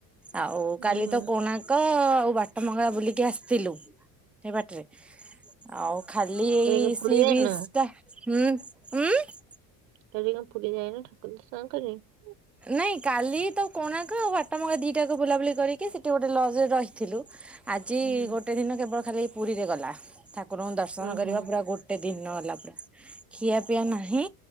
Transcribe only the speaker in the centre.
ଆଉ
କାଲି
ତ କୋଣା କ ଆଉ ବାଟ ମଙ୍ଗଳା ବୁଲିକି ଆସିଥିଲୁ ସେଇ ବାଟରେ। ଆଉ ଖାଲି ଏଇ
ସି
ବିଶ ଟା ହୁଁ ଉଁ ଉଁ।
ନାଇଁ କାଲି ତ କୋଣାର୍କ ଆଉ ବାଟ ମଙ୍ଗଳା ଦିଟାକୁ ବୁଲାବୁଲି କରିକି ସେଠି ଗୋଟେ ଲଜରେ ରହିଥିଲୁ। ଆଜି
ଗୋଟେ ଦିନ କେବଳ ଖାଲି ପୁରୀରେ ଗଲା। ଠାକୁରଙ୍କୁ ଦର୍ଶନ
କରିବା ପୁରା ଗୋ ଗୋଟେ ଦିନ ହେଲା ପୁରା ଖିଆ ପିଆ ନାହିଁ